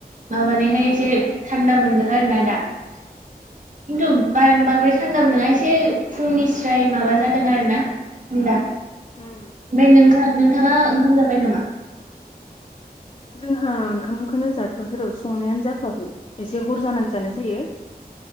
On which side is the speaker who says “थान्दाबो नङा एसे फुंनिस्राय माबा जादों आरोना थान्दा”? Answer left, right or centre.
Right